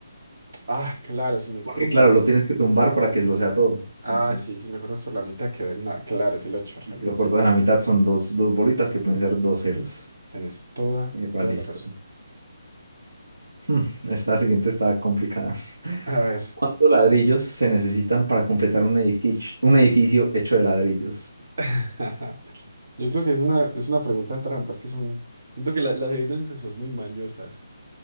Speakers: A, on the right; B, on the right.
A: ah, claro, si me
B: Porque
A: tumbas,
B: claro, lo tienes que tumbar para que lo sea todo.
A: Ah,
B: Entonces,
A: sí, sí, mejor por la mitad quedó el nada. Claro, es el 8,
B: y
A: realmente.
B: si lo cortas en la mitad, son dos, dos bolitas que pueden ser dos ceros.
A: Tienes toda,
B: Epa,
A: toda
B: listo.
A: la razón.
B: Hmm, Esta siguiente está complicada. <laughs>
A: A ver.
B: ¿Cuántos ladrillos se necesitan para completar un edificio, un edificio hecho de ladrillos?
A: <laughs> Yo creo que es una, es una pregunta trampa, es que son. Siento que la- las evidencias son muy mañosas,